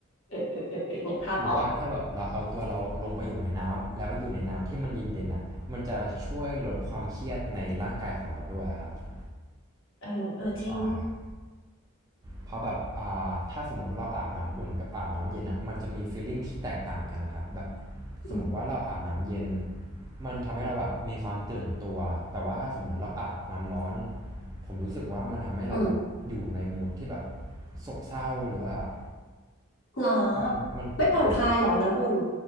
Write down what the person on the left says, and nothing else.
เออเออเออเออนึกภาพออก
เออเออจริง
อืม
อืม
หรอ
ไม่ผ่อนคลายหรอน้ำอุ่น